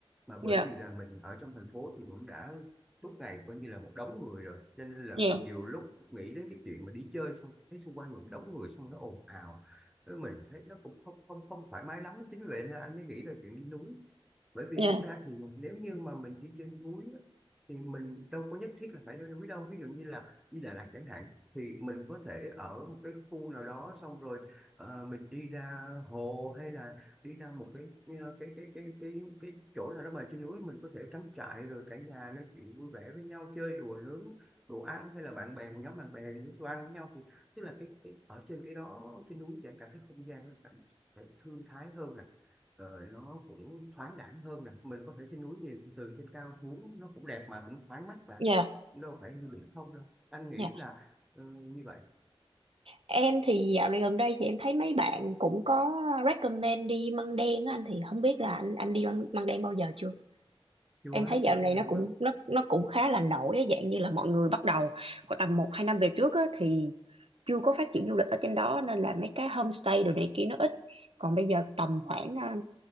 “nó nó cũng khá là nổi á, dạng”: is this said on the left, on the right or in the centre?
Right